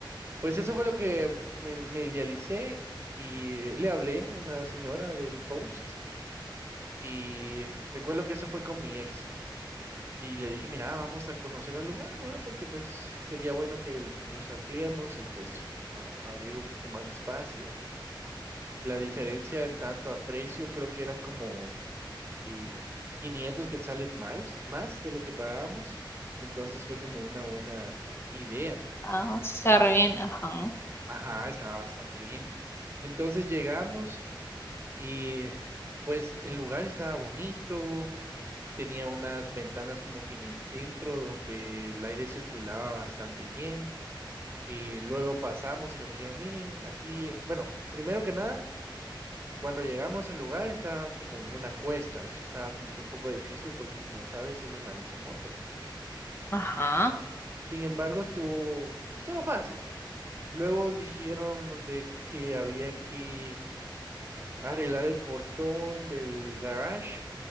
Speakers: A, on the right; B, on the left.
A: pues eso fue lo que me, me idealicé y le hablé a la señora del post y recuerdo que eso fue con mi ex. Y le dije, mira, vamos a conocer al lugar, ¿verdad? Porque pues sería bueno que el- nos ampliemos y pues a- abrir un poco más de espacio. La diferencia en tanto a precio creo que eran como eh, 500 quetzales más, más de lo que pagábamos. Entonces fue como una buena idea.
B: Ah, sí, está re bien. Ajá.
A: Ajá, estaba bastante bien. Entonces llegamos y pues el lugar estaba bonito, tenía unas ventanas como que en el centro donde el aire circulaba bastante bien. Y luego pasamos y nos dijeron, miren, aquí, bueno, primero que nada, cuando llegamos al lugar estaba como en una cuesta, eso estaba como que un poco difícil porque como sabes, yo me manejo moto. ¿va?
B: Ajá.
A: Sin embargo, estuvo, estuvo fácil. Luego dijeron de que había que arreglar el portón del garage,